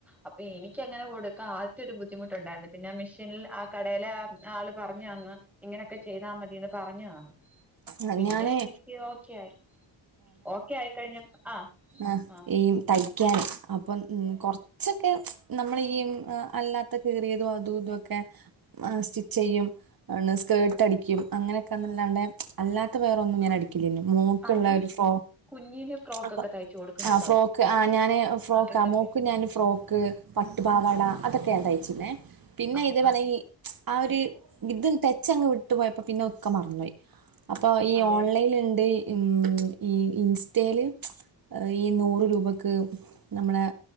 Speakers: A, in the centre; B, on the right (about 45°).
A: അപ്പൊ എനിക്കങ്ങനെ കൊടുക്ക ആദ്യത്തെ ഒരു ബുദ്ധിമുട്ടുണ്ടായിരുന്നു പിന്നെ ആ മെഷീനിൽ ആ കടേലെ ആള് പറഞ്ഞുതന്ന് ഇങ്ങനെയൊക്കെ ചെയ്താ മതിന്ന് പറഞ്ഞു തന്നു
B: ആ,
A: പിന്നെ
B: ഞാനേ
A: എനിക്ക് ഓക്കെയി. ഓക്കെ ആയിക്കഴിഞ്ഞപ്പോ ആ
B: ആഹ്
A: ആ
B: ഈ തയ്ക്കാൻ അപ്പം ഉം കൊറച്ചൊക്കെ നമ്മളീ അല്ലാത്ത ത്ത കീറിയതും അതും ഇതൊക്കെ സ്റ്റിച്ചിയ്യും. അണ് സ്കേർട്ടടിക്കും അങ്ങനെയൊക്കെന്നല്ലാണ്ടെ അല്ലാത്ത വേറൊന്നും ഞാൻ അടിക്കില്ല മോ ൻക്ക്ള്ള
A: ആ ഞാൻ
B: ഒരു ഫോ
A: കുഞ്ഞിന് ഫ്രോക്ക്
B: അപ്പോ
A: ഒക്കെ തയ്ച്ചു കൊടുക്കും കേട്ടോ
B: ആഹ് ഫ്രോക്ക് ആഹ് ഞാന് ഫ്രോക്ക
A: അതൊക്കെ
B: മോക്കും ഞാൻ ഫ്രോക്ക് പട്ടുപാവാട അതൊക്കെ ഞാൻ തയ്ച്ചിണ്ണേ പിന്നെ
A: ആഹ്
B: ഇതേപലെ
A: ആഹ്
B: ഈ ആഹ് ഒരു ഇത് ടെച്ചങ്ങ് വിട്ടു പോയപ്പോ പിന്നെ ഒക്കെ മറന്നോയി. അപ്പൊ ഈ
A: അതെയല്ലേ
B: ഓൺലൈനിലിണ്ട് ഉം ഈ ഇൻസ്റ്റൽ ഏഹ് ഈ നൂറ് രൂപക്ക് നമ്മളെ